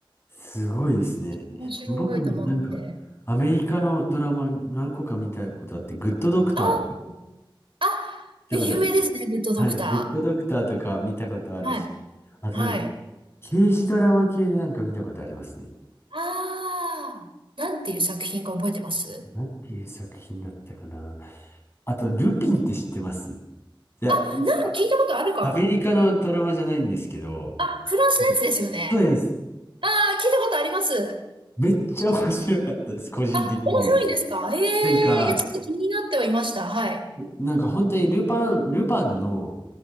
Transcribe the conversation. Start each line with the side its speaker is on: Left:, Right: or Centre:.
Left: すごいですね。
Right: 面白いと思って。
Left: 僕もなんか、アメリカのドラマ何個か見たことあって、グッドドクターとか、
Right: あ、
Left: 見
Right: あ、
Left: たことある。
Right: 有名ですね、グッドドクタ
Left: はい、グッドドクターとか見たことあるし、
Right: ー。はい。
Left: あとなんか、
Right: はい。
Left: 刑事ドラマ系でなんか見たことありますね。
Right: ああ、なんていう作品か覚えてます
Left: なんていう作品だったかな。あと、ルピンって知ってますいや、
Right: あ、なんか聞いたことあるかも。
Left: あアメリカのドラマじゃないんですけど、
Right: あ、フランスのやつですよね。
Left: なんかそうです。
Right: ああ、聞いたことあります。
Left: めっちゃ面白かったです、個人的には。
Right: あ、面白いんですかへえ、
Left: なんか、
Right: いや、ちょっと気になってはいました。はい。
Left: なんか本当にルパン、ルパンの、